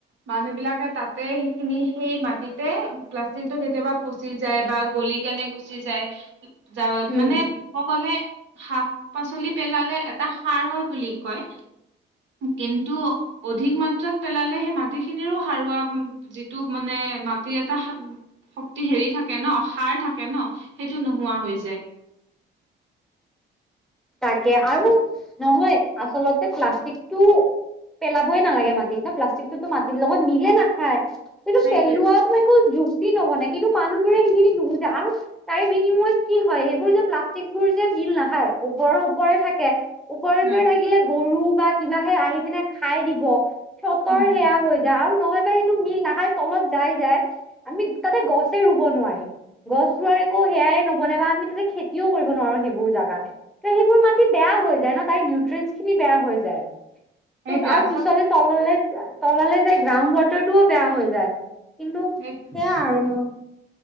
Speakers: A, on the right; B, in the centre.
A: মানুহ বিলাকে তাতে, সেইখিনি সেই মাটিতে, প্লাষ্টিকটো কেতিয়াবা প চি গুচি যায় বা গলি কেনে গুচি যায়।
B: <inaudible>
A: <unintelligible>
B: উম
A: মানে, সকলে, শাক-পাচলি পেলালে, এটা সাৰ হয় বুলি কয়। কিন্তু, অধিক মাত্ৰাত পেলালে, সেই মাটিখিনিৰো সাৰুৱা, যিটো মানে, মা কি এটা শক্তি সেৰি থাকে ন', সাৰ থাকে ন'! সেইটো নোহোৱা হৈ যায়।
B: তাকে! আৰু নহয়, আচলতে প্লাষ্টিকটো পেলাবই নালাগে মাটিত। ন' প্লাষ্টিকটোতো মাটিৰ লগত মিলে নাখায়। সেইটো,
A: সেইটোৱে
B: পেলোৱাতো একো যুক্তি নবনে। কিন্তু, মানুহবোৰে সেইখিনি নুবুজে আৰু তাৰে, বিনিময়ত কি হয়! এইবোৰ যে, প্লাষ্টিক বোৰ যে মিল নাখায়। ওপৰৰ ওপৰে থাকে, ওপৰে-ওপৰে
A: উম
B: থাকিলে, গৰু বা কিবাহে আহি পিনে খাই দিব, ফ্লতৰ
A: উম,
B: সেয়া হৈ যায়। আৰু নহয় বা টো মিল নাখাই, তলত যাই-যাই। আমি, তাতে গছে ৰোব নোৱাৰিম। গছ ৰোৱাৰ একো সেয়াই নবনে বা আমি তাতে, খেতিও কৰিব নোৱাৰোঁ, সেইবোৰ জাগাত। ত' সেইবোৰ মাটিত বেয়া হৈ যায় ন! তাৰ নিউট্ৰেনচ খিনি বেয়া হৈ যায়।
A: সেইটোৱে
B: ত' তাৰ
A: আচলতে
B: পিছলে তললে, তললে যায় গ্ৰাউণ্ড ৱাটাৰটোও বেয়া হৈ যায়। কিন্তু
A: সেইটোৱে
B: সেয়া আৰু মোৰ।